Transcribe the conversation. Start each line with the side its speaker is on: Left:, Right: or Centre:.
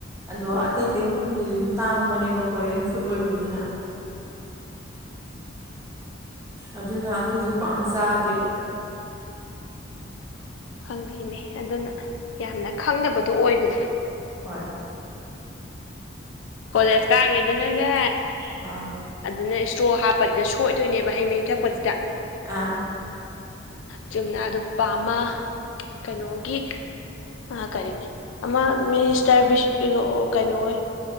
Right: ꯑꯗꯣ
Left: ꯍꯣꯏ
Right: ꯑꯇꯩ ꯑꯇꯩ ꯃꯐꯝꯗꯨꯗꯤ ꯑꯗꯨꯝ ꯇꯥꯡꯕꯅꯦꯕ ꯀꯣꯔꯤꯌꯟ ꯐꯨꯗ ꯑꯣꯏꯕꯅꯤꯅ ꯑꯗꯨꯅ ꯑꯩꯈꯣꯏꯁꯨ ꯄꯥꯛ ꯆꯥꯗꯦꯕ
Left: ꯍꯪꯕꯤꯅꯦ ꯑꯗꯨꯅ ꯌꯥꯝꯅ ꯈꯪꯗꯕꯗꯣ ꯑꯣꯏꯕꯗ
Right: ꯍꯣꯏ
Left: ꯀꯣꯂꯦꯖ ꯀꯥꯏꯉꯩꯗꯅꯅꯦ
Right: <unintelligible> ꯑꯥ
Left: ꯑꯗꯨꯅ ꯏꯁꯇ꯭ꯔꯣ ꯍꯥꯞꯄꯁꯤꯗ ꯁꯣꯏꯗꯣꯏꯅꯦꯕ ꯍꯩ ꯃꯍꯤ ꯊꯛꯄꯁꯤꯗ
Right: ꯑꯥ
Left: ꯆꯨꯝꯅ ꯑꯗꯨ ꯄꯥꯝꯃ ꯀꯩꯅꯣꯒꯤ ꯑꯥ ꯀꯔꯤ ꯑꯃ ꯃꯤꯅꯤꯁ <unintelligible> ꯀꯩꯅꯣ ꯑꯣꯏ